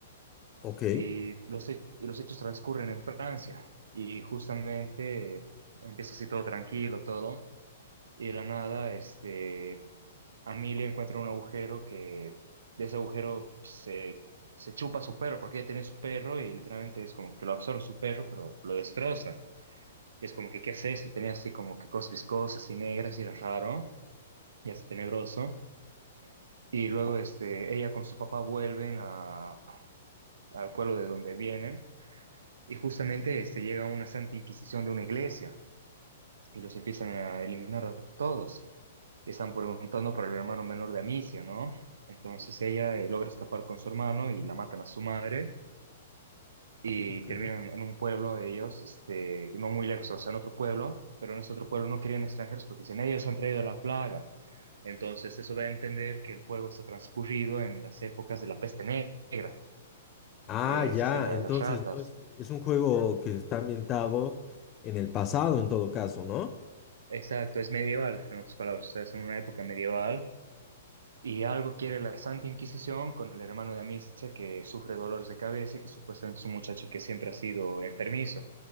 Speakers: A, on the left (about 25°); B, on the right (about 60°).
A: Ok,
B: Y los, he- y los hechos transcurren en Francia. Y justamente eh, empieza así todo tranquilo, todo. Y de la nada, este, Amelia encuentra un agujero que de ese agujero se, se chupa su perro, porque ella tiene su perro y literalmente es como que lo absorbe su perro, pero lo destroza. Y es como que, ¿qué es esto? Tenía así como que cosas viscosas y negras y era raro y hasta tenebroso. Y luego este, ella con su papá vuelven a, al pueblo de donde vienen y justamente este, llega una santa inquisición de una iglesia y los empiezan a eliminar a todos. Y están preguntando por el hermano menor de Amicia, ¿no? Entonces ella eh, logra escapar con su hermano y la matan a su madre y
A: ok.
B: terminan en un pueblo de ellos, este, no muy lejos, o sea, en otro pueblo, pero en ese otro pueblo no querían extranjeros porque dicen, ellos han traído la plaga. Entonces eso da a entender que el juego está transcurrido en las épocas de la peste negra.
A: Ah,
B: que
A: ya,
B: es este, la
A: entonces
B: de las ratas.
A: no es, es un juego que está ambientado en el pasado en todo caso, ¿no?
B: Exacto, es medieval, en otras palabras, o sea, es en una época medieval. Y algo quiere la Santa Inquisición con el hermano de Amicia que sufre dolores de cabeza y que supuestamente es un muchacho que siempre ha sido enfermizo.